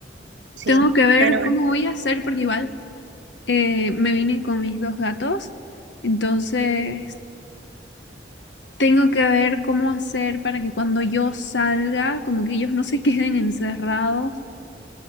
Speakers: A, on the right; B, on the left.
A: sí,
B: Tengo que ver
A: pero bueno.
B: cómo voy a hacer porque igual eh, me vine con mis dos gatos, entonces tengo que ver cómo hacer para que cuando yo salga, como que ellos no se <laughs> queden encerrados